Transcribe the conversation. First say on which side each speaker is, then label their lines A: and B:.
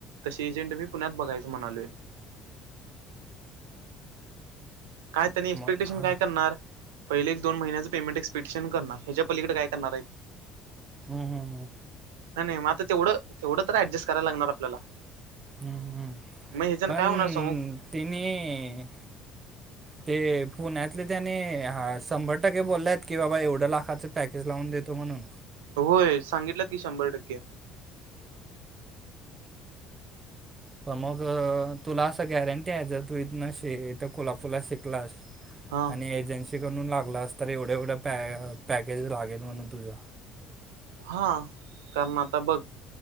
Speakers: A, on the right; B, on the right.
A: तशी एजेंट मी पुण्यात बघाचं म्हणालोय. काय त्यांनी एक्सपेक्टेशन
B: मग हां
A: काय करणार. पहिले एक दोन महिन्याचे पेमेंट एक्स्पेटेशन करणार, हेच्या पलीकडे काय करणार आहेत.
B: हम्म हम्म हम्म.
A: नाही, नाही. मग आता तेवढं, तेवढं तर ऍडजस्ट करायला लागणार आपल्याला.
B: हम्म हम्म,
A: मग ह्याच्यान
B: पण
A: काय होणार सांगू
B: तिन्ही. ते पुण्यातले त्याने शंभर टक्के बोल्यात की, बाबा एवढं लाखाचं पॅकेज लावून देतो म्हणून.
A: होय सांगितल्यात की, शंभर टक्के.
B: पण मग तुला असं गॅरंटी आहे जर, तू इथनं श इथं कोल्हापूरला शिकलास.
A: हा
B: आणि एजन्सीकडून लागलास तर, एवढं एवढं पॅ, पॅकेज लागेल म्हणून तुझं.
A: हा, कारण आता बघ.